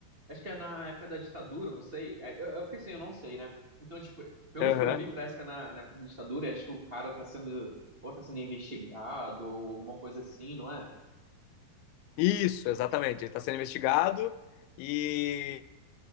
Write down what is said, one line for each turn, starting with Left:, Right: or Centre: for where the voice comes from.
Right: acho que é na época da ditadura, não sei. É eu- é porque assim, eu não sei, né? Então, tipo, pelo
Left: Aham.
Right: que eu vi, parece que é na, na época da ditadura, acho que o cara tá sendo, ou tá sendo investigado, ou alguma coisa assim, não é?
Left: Isso, exatamente, ele tá sendo investigado e